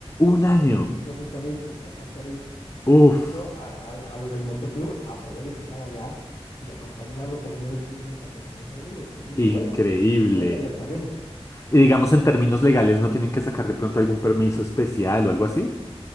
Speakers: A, on the left; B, on the left.
A: Un
B: Y
A: año,
B: nos invitó justamente, exactamente, nos
A: uff,
B: invitó a, a- a los del motoclub a poder estar allá y acompañarlo por lo menos un mes a hacer un recorrido. Entonces dijimos,
A: increíble.
B: bueno, si se puede, allá estaremos.
A: Y digamos en términos legales no tienen que sacar de pronto algún permiso especial o algo así.